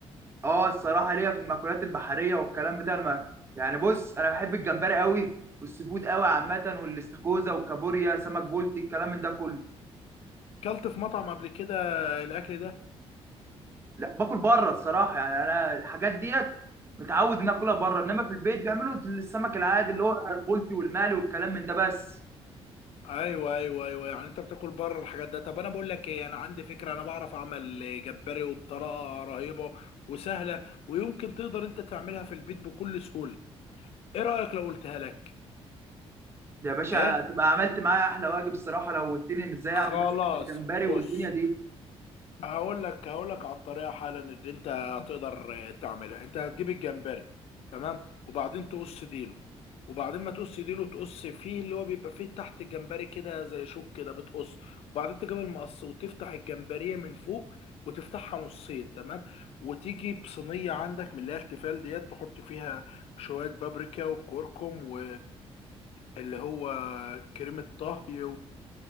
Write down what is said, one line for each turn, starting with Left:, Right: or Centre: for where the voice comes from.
Right: اه الصراحه ليا في المأكولات البحريه والكلام بتاع المأكل يعني بص انا بحب الجمبري قوي والسي فود قوي عامه والاستاكوزا والكابوريا سمك بولتي الكلام من ده كله
Left: كلت في مطعم قبل كده الاكل ده
Right: لا باكل بره الصراحه يعني انا الحاجات ديت متعود ان اكلها بره انما في البيت بيعملوا السمك العادي اللي هو البلطي والمالي والكلام من ده بس
Left: ايوه ايوه ايوه يعني انت بتاكل بره الحاجات ده طب انا بقول لك ايه انا عندي فكره انا بعرف اعمل جمبري وبطريقه رهيبه وسهله ويمكن تقدر انت تعملها في البيت بكل سهوله ايه رايك لو قلتها لك
Right: ده يا باشا
Left: ايه
Right: تبقى عملت معايا احلى واجب الصراحه لو قلتني إن ازاي
Left: خلاص
Right: اعمل مثلا جمبري والدنيا
Left: بص
Right: دي
Left: هقول لك هقول لك على الطريقه حالا اللي انت هتقدر تعملها انت هتجيب الجمبري تمام وبعدين تقص ديله وبعدين ما تقص ديله تقص فيه اللي هو بيبقى فيه تحت الجمبري كده زي شوك كده بتقص وبعدين تجيب المقص وتفتح الجمبريه من فوق وتفتحها نصين تمام وتيجي بصينيه عندك من اللي هي التيفال ديت تحط فيها شويه بابريكا وكركم و اللي هو كريمة طهي